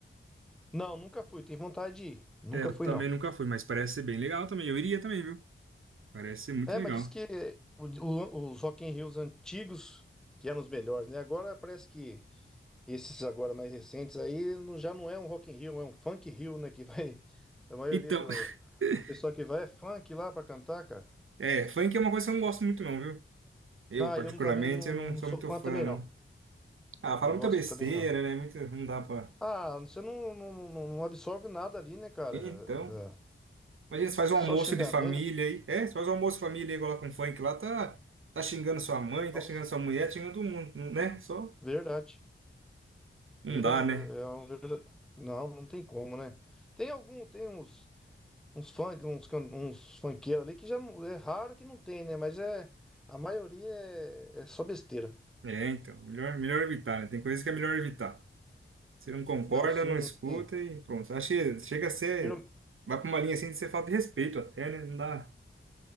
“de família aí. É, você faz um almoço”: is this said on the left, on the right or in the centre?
Right